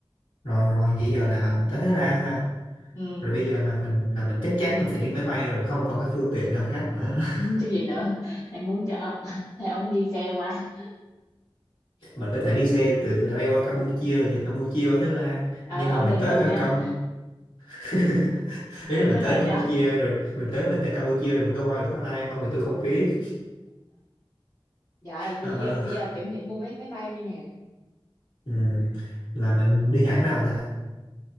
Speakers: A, on the left (about 70°); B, on the left (about 35°).
A: rồi rồi vậy giờ là mình tới Thái Lan ha
B: ừ
A: rồi bây giờ là mình là mình chắc chắn mình phải đi máy bay rồi không còn cái phương tiện nào khác nữa
B: <laughs>
A: <laughs>
B: chứ gì nữa hay muốn cho <laughs> hay ông muốn đi xe qua
A: mình có thể đi xe từ từ đây qua Campuchia rồi từ Campuchia qua Thái Lan
B: ờ
A: nhưng
B: ông
A: mà mình
B: đi
A: tới
B: mình
A: Cam
B: nha
A: Cam <laughs> ý
B: tôi
A: là mình
B: đi máy
A: tới
B: bay
A: Campuchia
B: cho
A: rồi mình tới mình tới Campuchia rồi mình có qua được Thái Lan hay không thì tôi không biết
B: Dạ thì
A: Ờ,
B: giờ, bây giờ chuẩn bị mua vé máy bay đi nè
A: ừm, là mình đi hãng nào ta